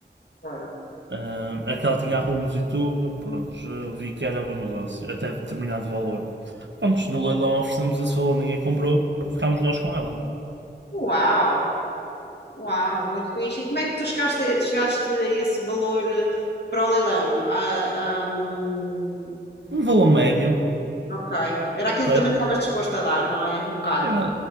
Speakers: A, on the left (about 65°); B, on the right (about 85°).
A: claro.
B: Ah, aquela tinha arrumos e tudo, pronto, vi que era bom negócio, até determinado valor. antes no leilão oferecemos esse valor, ninguém comprou, ficámos nós com ela.
A: Uau, uau, muito fixe. E como é que tu chegaste, chegaste a esse valor eh, para o leilão? Ah, hum,
B: Um valor médio,
A: ok, era aquilo
B: percebes?
A: que também estavas disposto a dar, não é? Um bocado.
B: Era-